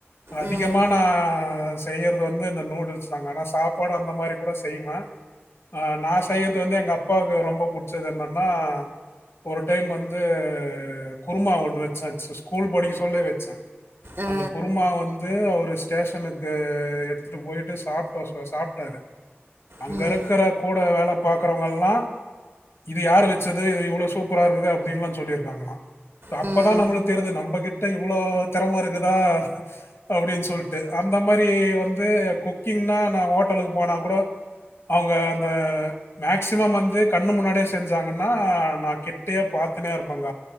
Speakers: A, on the left (about 70°); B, on the right (about 65°).
A: அதிகமா
B: ம்
A: நா செய்யறது வந்து இந்த நூடுல்ஸ் தாங்க ஆனா சாப்பாடு அந்த மாரி கூட செய்வே அஹ் நா செய்யறது வந்து எங்க அப்பாவுக்கு ரொம்ப புட்ச்சது என்னன்னா ஒரு டைம் வந்து குருமா ஒன்னு வெச்சே சு ஸ்கூல் படிக்க சொல்லே வெச்சே
B: ஆ
A: அந்த குருமா வந் து அவரு ஸ்டேஷனுக்கு எடுத்துட்டு போயிட்டு சாப்ட்ட சொ சாப்ட்டாரு அங்க
B: ம்
A: இருக்குற கூட வேலப் பாக்குறவ்ங்கல்லா இது யாரு வெச்சது இது இவளோ சூப்பரா இருக்குது அப்டின்லா சொல்லிருக்காங்களா சோ
B: ம்
A: அப்பதா நம்மளுக்கு தெரிது நம்பக்கிட் ட்ட இவ்ளோ தெரம இருக்குதா அப்டின் சொல்ட்டு அந்த மாரி வந்து குக்கிங்னா நா ஹோட்டலுக்கு போனாக் கூட அவ்ங்க அந்த மேக்சிமம் வந்து கண்ணு முன்னாடியே செஞ்சாங்கனா நா கிட்டயே பாத்துனே இருப்பங்க